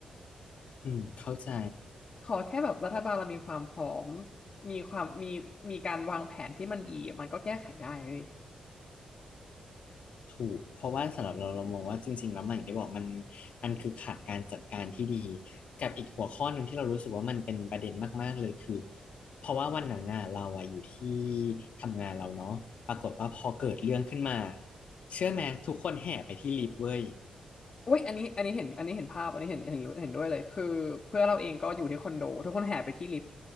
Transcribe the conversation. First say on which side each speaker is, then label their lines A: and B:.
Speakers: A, on the left (about 65°); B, on the left (about 35°).
A: อืมเข้าใจ
B: ขอแค่แบบรัฐบาลเรามีความพร้อมมีความมีมีการวางแผนที่มันดีมันก็แก้ไขได้เลย
A: ถูก เพราะว่าสำหรับเราเรามองว่าจริงๆแล้วมันอย่างที่บอกมันมันคือขาดการจัดการที่ดีกับอีกหัวข้อหนึ่งที่เรารู้สึกว่ามันเป็นประเด็นมากๆเลยคือเพราะว่าวันนั้นน่ะเราอะอยู่ที่ทำงานเราเนาะปรากฏว่าพอเกิดเรื่องขึ้นมาเชื่อไหมทุกคนแห่ไปที่ลิฟต์เว้ย
B: อุ้ยอันนี้อันนี้เห็นอันนี้เห็นภาพอันนี้เห็นเห็นเห็นด้วยเลยคือเพื่อนเราเองก็อยู่ที่คอนโดทุกคนแห่ไปที่ลิฟต์